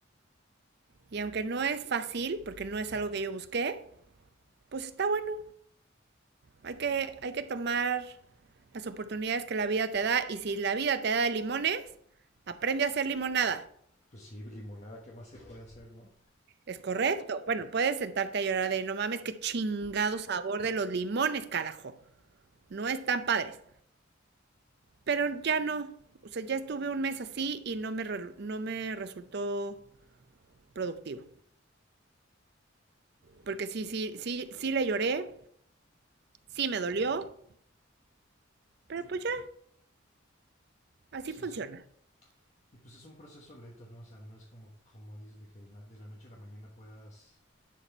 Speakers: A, on the right; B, on the left.
A: Y aunque no es fácil, porque no es algo que yo busqué, pues está bueno. Hay que, hay que tomar las oportunidades que la vida te da. Y si la vida te da limones, aprende a hacer limonada.
B: pues sí, limonada, ¿qué más se puede hacer, no?
A: Es correcto. Bueno, puedes sentarte a llorar de no mames, qué chingado sabor de los limones, carajo. No están padres. pero ya no. O sea, ya estuve un mes así y no me, re- no me resultó productivo. Porque sí, sí, sí, sí le lloré, sí me dolió, pero pues ya, así
B: Sí,
A: funciona.
B: o sea, y pues es un proceso lento, ¿no? O sea, no es como, como dices de que de la, de la noche a la mañana puedas